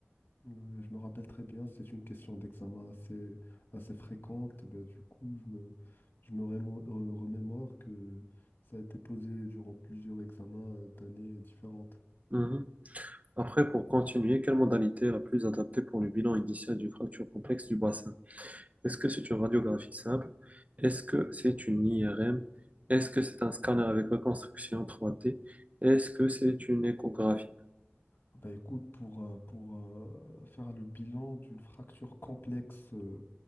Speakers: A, on the left (about 55°); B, on the right (about 35°).
A: Euh, Je me rappelle très bien, c'est une question d'examen assez, assez fréquente. Bah, du coup, je me, je me rémo- euh, remémore que ça a été posé durant plusieurs examens euh, d'années différentes.
B: Mhm. Après, pour continuer, quelle modalité est la plus adaptée pour le bilan initial d'une fracture complexe du bassin? Est-ce que c'est une radiographie simple? Est-ce que c'est une IRM? Est-ce que c'est un scanner avec reconstruction 3D? Est-ce que c'est une échographie?
A: Ah Bah, écoute, pour, euh, pour euh, faire le bilan d'une fracture complexe euh,